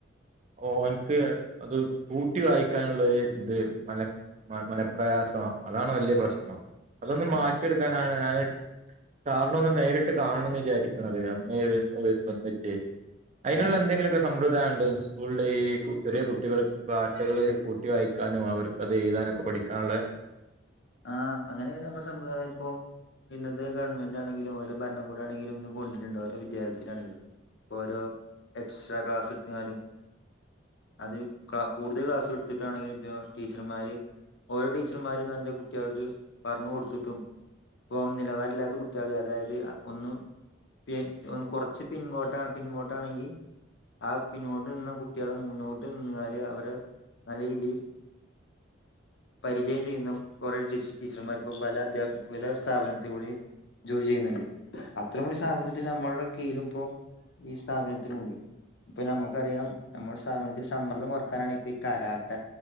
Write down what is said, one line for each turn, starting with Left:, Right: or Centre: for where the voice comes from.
Right: ഓൻക്ക് അത് കൂട്ടി വായിക്കാനുള്ള ഒരു ഇത് മന മനപ്രയാസം അതാണ് വലിയ പ്രശ്നം അതൊന്നന്ന്
Left: ആഹ്
Right: മാറ്റിയെടുക്കാനാണ്
Left: അതെ അതെ
Right: ഞാന് സാറിനെ ഒന്ന് നേരിട്ട് കാണണംന്ന് വിചാരിക്കണത് അമ്മേന്നിട്ടേ അതിനുള്ള
Left: ആഹ്
Right: എന്തെങ്കിലുമൊക്കെ സമ്പ്രദായം ഉണ്ട് സ്കൂളിൽ ഈ ചെറിയ കുട്ടികള് ഭാഷകള് കൂട്ടി വായിക്കാനും അവർക്ക്ത് എഴുതാനുക്കെ പഠിക്കാള്ള
Left: ആഹ അങ്ങനെ നമ്മുടെ സമ്പ്രായ ഇപ്പൊ ഇത് ഗവൺമെന്റ്ാണെങ്കിലും ഓരണകൂടാണെങ്കിലുംന്ന് കൊണ്ടിട്ടുണ്ട് ഓരോ വിദ്യാലയത്തിലാണങ്കിലും ഇപ്പ ഓരോ എക്സ്ട്രാ ക്ലാസ് എടുത്താലും അതിൽ കൂടുതൽ ക്ലാസ്സ് എടുത്തിട്ടാണെങ്കിലും ഇപ്പൊ ടീച്ചർമാര് ഓരോ ടീച്ചർമാരും തറെ കുട്ടികൾക്ക് പറഞ്ഞു കൊടുത്തിട്ടും ഇപ്പ നിലവാരല്ലാത്ത കുട്ടികള് അതായത് ഒന്നും പി ഒന്ന് കുറച്ച് പിൻ കോട്ടണ് പിൻകോട്ടണെങ്കിൽ ആ പിന്നോട്ട് നിന്ന കുട്ടികളെ മുന്നോട്ട് നിാല് അവരെ നല്ല രീതിയിൽ പരിചയം ചെയ്യുന്ന കുറെേ ടീ ടീച്ചർമാർ ഇപ്പോ പല അധ്യാപ പല സ്ഥാപനത്തിലൂടെയും ജോലി ചെയ്യുന്നുണ്ട് അത്രമൊ ഒരു സ്ഥാപനത്തിൽ നമ്മളുടെ കീഴും ഇപ്പോ ഈ സ്ഥാപനത്തിലുണ്ട് ഇപ്പൊ നമുക്കറിയാം നമ്മുടെ സാമൂഹത്തിൽ സമ്മർദ്ദം കുറക്കാനാണ് ഇപ്പൊ ഈ കരാട്ട